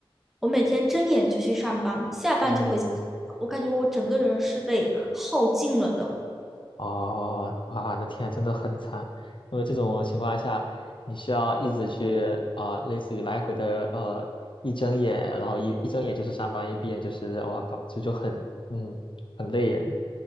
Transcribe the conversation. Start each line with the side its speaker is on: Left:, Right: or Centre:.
Centre: 我每天睁眼就去上班，下班就回家，
Left: 嗯，
Centre: 我感觉我整个人是被耗尽了的，
Left: 哦，啊，那天啊真的很惨，因为这种情况下，你需要一直去啊、呃类似于来回的呃，一睁眼，然后一一睁眼就是上班，一闭眼就是我靠，这就很嗯很累人